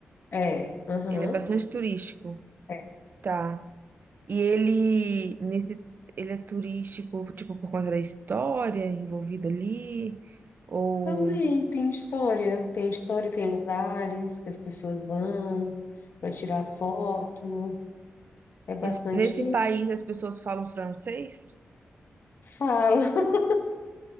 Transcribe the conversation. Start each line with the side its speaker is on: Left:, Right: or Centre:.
Left: É, aham.
Right: Ele é bastante turístico.
Left: É.
Right: Tá. E ele, nesse, ele é turístico, tipo, por conta da história envolvida ali, ou...
Left: Também tem história, tem história, tem lugares que as pessoas vão para tirar foto. É bastante
Right: Esse- nesse país as pessoas falam francês?
Left: fala. <laughs>